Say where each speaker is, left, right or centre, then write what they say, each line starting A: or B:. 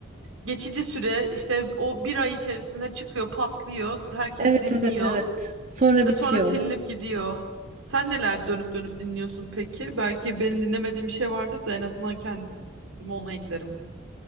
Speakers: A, on the right; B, on the right.
A: geçici süre, işte o bir ay içerisinde çıkıyor, patlıyor, herkes
B: Evet
A: dinliyor.
B: evet evet. Sonra
A: Ve
B: bitiyor.
A: sonra silinip gidiyor. Sen neler dönüp dönüp dinliyorsun peki? Belki benim dinlemediğim bir şey vardır da en azından kendimi ona eklerim.